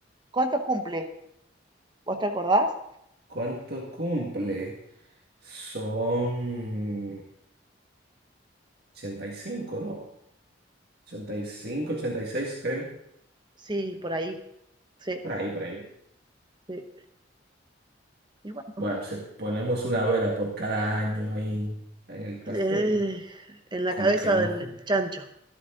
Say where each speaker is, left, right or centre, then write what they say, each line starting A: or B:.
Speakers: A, on the right (about 25°); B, on the right (about 55°).
A: cuánto cumple, ¿vos te acordás?
B: ¿Cuánto cumple? Son 85, ¿no? 85, 86, creo.
A: Sí, por ahí. Sí,
B: Por ahí, por ahí.
A: sí. Y bueno,
B: Bueno, si ponemos una vela por cada año ahí en el pastel,
A: Eh, en la
B: como
A: cabeza
B: que no.
A: del chancho.